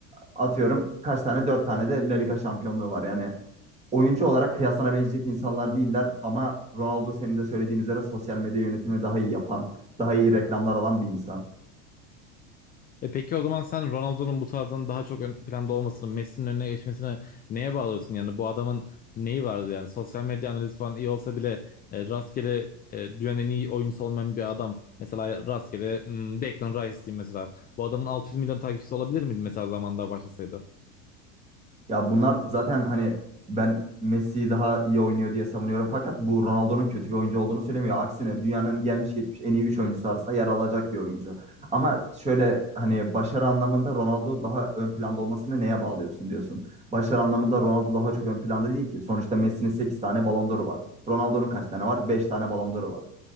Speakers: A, on the right; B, on the left.
A: Atıyorum kaç tane? 4 tane de La Liga şampiyonluğu var. Yani oyuncu olarak kıyasına benecek insanlar değiller ama Ronaldo senin de söylediğin üzere sosyal medya yönetimini daha iyi yapan, daha iyi reklamlar alan bir insan.
B: E peki o zaman sen Ronaldo'nun bu tarzdan daha çok ön planda olmasını, Messi'nin önüne geçmesini neye bağlıyorsun? Yani bu adamın neyi vardı yani? Sosyal medya analizi falan iyi olsa bile e, rastgele e, dünyanın en iyi oyuncusu olmayan bir adam. Mesela rastgele hmm, Declan Rice diyeyim mesela. Bu adamın 600 milyon takipçisi olabilir miydi mesela zamanda başlasaydı?
A: Ya bunlar zaten hani ben Messi daha iyi oynuyor diye savunuyorum. Fakat bu Ronaldo'nun kötü bir oyuncu olduğunu söylemiyor. Aksine dünyanın gelmiş geçmiş en iyi 3 oyuncusu arasında yer alacak bir oyuncu. Ama şöyle hani başarı anlamında Ronaldo daha ön planda olmasını neye bağlıyorsun diyorsun. Başarı anlamında Ronaldo daha çok ön planda değil ki. Sonuçta Messi'nin 8 tane Ballon d'Or'u var. Ronaldo'nun kaç tane var? 5 tane Ballon d'Or'u var.